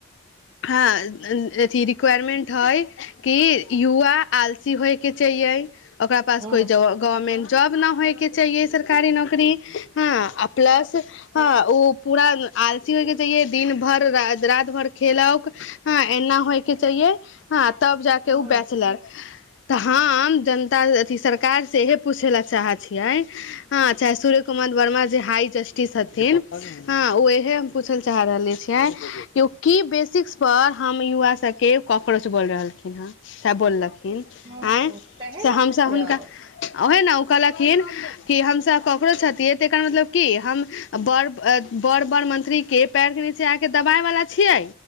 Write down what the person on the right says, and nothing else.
हँ
हँ
हँ
तेहे
ने रखियौ